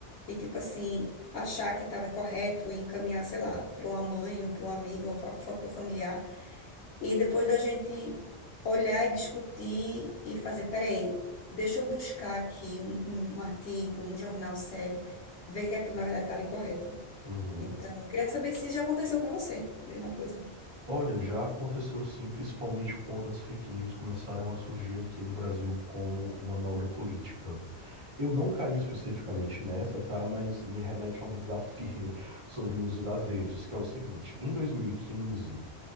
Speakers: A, on the left; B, on the right.
A: e, tipo assim, achar que estava correto e encaminhar, sei lá, para uma mãe ou para um amigo ou fa- fa- ou familiar. E depois da gente olhar e discutir e fazer, peraí, deixa eu buscar aqui um, um um artigo, um jornal sério, ver que aquilo na verdade estava incorreto.
B: uhum.
A: Então, eu queria saber se já aconteceu com você, mesma coisa.
B: Olha, já aconteceu sim, principalmente quando as fake news começaram a surgir aqui no Brasil como manobra política. Eu não caí especificamente nessa, tá? Mas me remete a um desafio <laughs> sobre o uso das redes, que é o seguinte: em 2015,